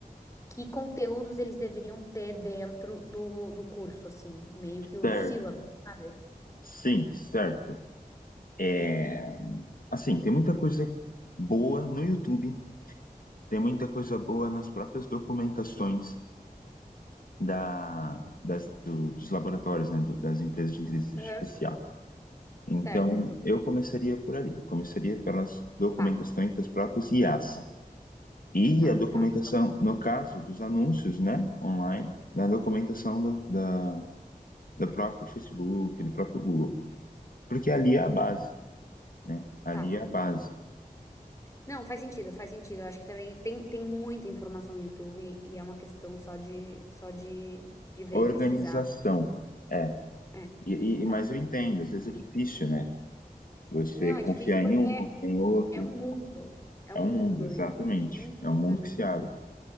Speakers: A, on the left; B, on the left.
A: que conteúdos eles deveriam ter dentro do, do curso, assim, meio que o
B: Certo.
A: sílabo, sabe?
B: Sim, certo. É, Assim, tem muita coisa boa no YouTube, tem muita coisa boa nas próprias documentações da, das, do- dos laboratórios, né, do- das empresas de inteligência
A: Aham.
B: artificial. Então,
A: Certo.
B: eu começaria por ali, eu começaria pelas documentações
A: Tá.
B: das próprias IAs. E
A: Tá,
B: a documentação,
A: tá, então
B: no caso dos anúncios, né, online, na documentação da, da, do próprio Facebook, do próprio Google. Porque ali é a base, né? Ali
A: tá.
B: é a base.
A: Não, faz sentido, faz sentido. Eu acho que também tem, tem muita informação no YouTube e é uma questão só de só de, de ver
B: Organização.
A: e pesquisar.
B: é.
A: É,
B: E, e,
A: tá.
B: mas eu entendo, às vezes é difícil, né? Você
A: Não, é
B: confiar
A: difícil porque
B: em um, confiar em outro.
A: é um mundo, é
B: É
A: um
B: um mundo,
A: mundo
B: exatamente.
A: e é muito
B: É
A: dinâmico.
B: um mundo que se abre.